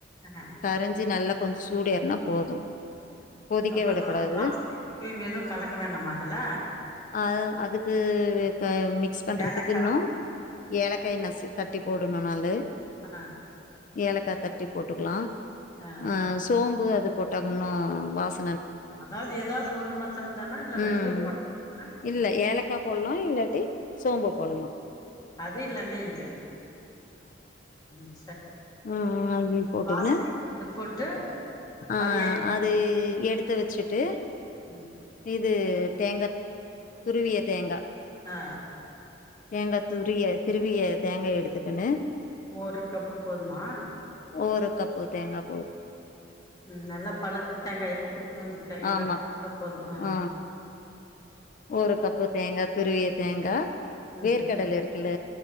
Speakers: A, on the left (about 20°); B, on the left (about 45°).
A: ஆஹமா
B: கரைஞ்சி நல்லா கொஞ்சம் சூடியறனா போதும் கொதிக்க
A: அப்புறமா
B: விடக்கூடாது
A: வாசனை எதுவும் கலக்க வேண்டாமா அதுல
B: அ அதுக்கு மிக்ஸ் பண்றதுக்கு
A: ஏலக்கா
B: இன்னும் ஏலக்காய நசி தட்டி போடணும்னால
A: ஆஹ்
B: ஏலக்காய் தட்டி போட்டுக்கலாம்
A: ஆ
B: ஆஹ் சோம் அது போட்டானும் வாச
A: அதாவது ஏதாவது ஒண்ணு மத்திரம் தானா இல்ல
B: ம்
A: ரெண்டும் பண்ணும்
B: இல்ல ஏலக்காய் போடலாம் இல்லாட்டி சோம்பு போடலாம்
A: அது இல்லன்னா இது உம்
B: ஆஹ அ போட்டுக்கண்ண
A: வாசனைக்கு இது போட்டு
B: ஆஹ்
A: அது எ
B: அது எடுத் த்து வச்சுட்டு
A: உம்
B: இது தேங்காய் துருவிய தேங்காய்
A: ஆ
B: தேங்க தூரியா திருவியை தேங்காய் எடுத்துக்கனு
A: ஒரு கப்பு போதுமா
B: ஒரு கப்பு தேங்காய பொதும்
A: உம் நல்லா பழத்து தேங்காய்க்கு கொஞ்சம் இதான்ன
B: ஆமா
A: கூட போதும் ஆஹ்
B: ஆ ஒரு கப்பு தேங்காய் துருவிய தேங்காய்
A: ம்
B: வேர்க்கடல இருக்குல்ல